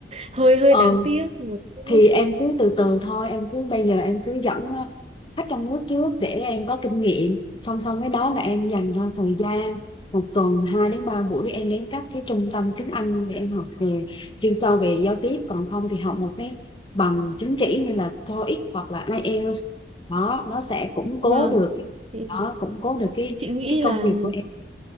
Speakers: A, on the right; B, on the left.
A: Hơi hơi
B: ừ.
A: đáng tiếc một chút.
B: thì em cứ từ từ thôi em cứ bây giờ em cứ dẫn ờ, khách trong nước trước để em có kinh nghiệm song song với đó là em dành ra thời gian một tuần 2 đến 3 buổi em đến các cái trung tâm tiếng Anh để em học về chuyên sâu về giao tiếp còn không thì học một cái bằng chứng chỉ như là TOEIC hoặc là IELTS đó nó sẽ củng cố
A: Vâng.
B: được cái
A: Thì
B: đó củng cố được cái
A: chị nghĩ
B: cái công
A: là
B: việc của